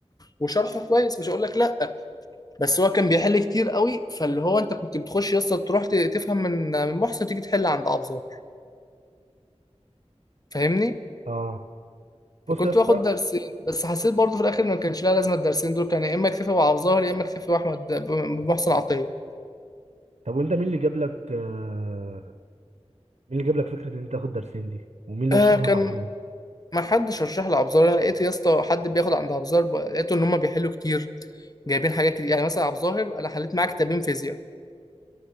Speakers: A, on the left; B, on the right.
A: وشرحه كويس مش هقول لك لا بس هو كان بيحل كتير قوي فاللي هو انت كنت بتخش يا اسطى تروح ت- تفهم من من محسن تيجي تحل عند عبد الظاهر فاهمني
B: اه بص
A: فكنت
B: يا اسطى
A: باخد درسين بس حسيت برضه في الاخر ما كانش لها لازمه الدرسين دول كان يا اما اكتفي بعبد الظاهر يا اما اكتفي باحمد بمحسن عطيه
B: طب وانت مين اللي جاب لك آه... مين اللي جاب لك فكره ان انت تاخد درسين دي ومين اللي
A: آه
B: رشح لك
A: كان
B: حفظهم
A: ما حدش رشح لعبد الظاهر أنا لقيت يا اسطى حد بياخد عند عبد الظاهر ب- لقيته ان هم بيحلوا كتير جايبين حاجات كتير يعني مثلا عبد الظاهر انا حليت معاه كتابين فيزياء